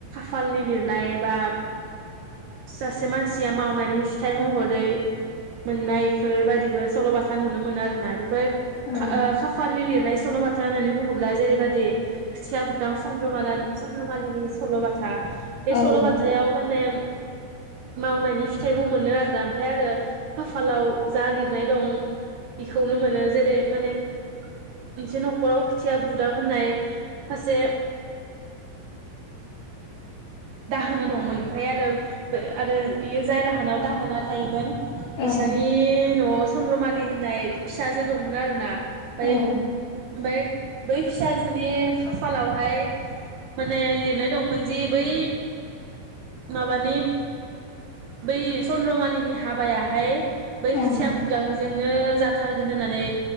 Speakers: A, on the right; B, on the left.
A: फालनि लिरनाय बा सासे मानसिया मावनायनि फिथाइ महरै मोननायफोर बादिबो सल'बाथा नुनो मोनो आरोना बेफोर
B: ओं
A: खा ओ खाफालनि लिरनाय सल'बाथ खोथा होननानै बुङोब्ला जेरैबादि खोथिया बुदां चन्द्रमालानि चन्द्रमालिनि सल' बाथा था बे
B: औ
A: सल' बाथायाव माने मावनायनि फिथाइखौ मोनो आरोना ओमफाय आरो खाफालाव जा लिरनाय दं इखौनो मोनो जेरै माने मोनसे न'खराव खोथिया बुदां होननाय सासे दाहोना दंमोन ओमफाय आरो बे आरो इयो जाय लाहानाव दाहोना थायोमोन
B: ओं
A: इसानि न'आव चन्द्रमालि लि होननाय फिसाजो दंमोन आरो ना। बाय
B: औ
A: बाय बै फिसाजोनि खाफालावहाय माने लिरनाय दंमोन जि बै माबानि बै चन्द्रमालिनि हाबायाहाय बै खोथिया
B: ओं
A: बुदां जोंनो जाथारगोन होननानै